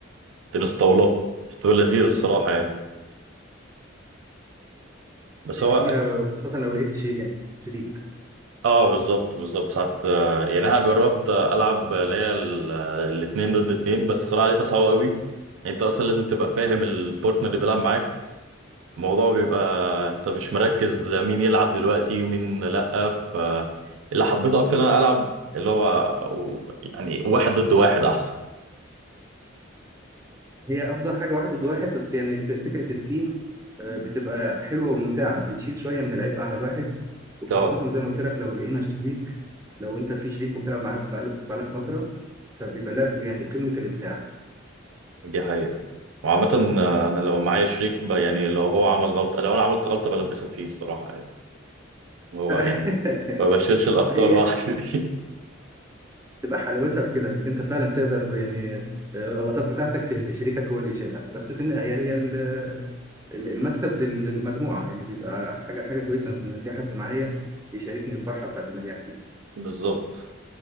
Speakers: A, on the right; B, on the right.
A: تنس طاولة بتبقى لذيذة الصراحة يعني بس
B: هي
A: هو
B: جميلة وخاصة لو لقيت شيء يعني شريك
A: اه بالظبط بالظبط ساعات آه، يعني أنا جربت آه، ألعب اللي هي ال- آه، الاتنين ضد اتنين بس الصراحة لقيتها صعبة قوي انت اصلا لازم تبقى فاهم البارتنر اللي بيلعب معاك الموضوع بيبقى انت مش مركز مين يلعب دلوقتي ومين لأ فاللي حبيته اكتر انا العب اللي هو يعني واحد ضد واحد احسن
B: هي افضل حاجه واحد ضد واحد بس يعني ف- فكره التيم آه، بتبقى حلوه وممتعه بتشيل شويه من العبء على الواحد وخاصه
A: اه
B: زي ما قلت لك لو لقينا شريك لو انت في شريك وبتلعب معاه بقاله- بقالك فتره فبيبقى لعب يعني قمه الامتاع
A: دي حقيقة وعامة انا لو معايا شريك ب... يعني لو هو عمل غلطة لو انا عملت غلطة بلبسها فيه الصراحة يعني هو
B: <laughs>
A: يعني ما بشيلش الاخطاء
B: هي
A: لوحدي دي
B: تبقى حلاوتها في كده انك انت فعلا تقدر يعني آه، الغلطات بتاعتك ش- شريكك هو اللي يشيلها بس في النهايه هي ال- ال- المكسب لل- للمجموعه يعني بيبقى حاجه حاجه كويسه ان في حد معايا يشاركني الفرحه بتاعت النجاح دي
A: <laughs> بالظبط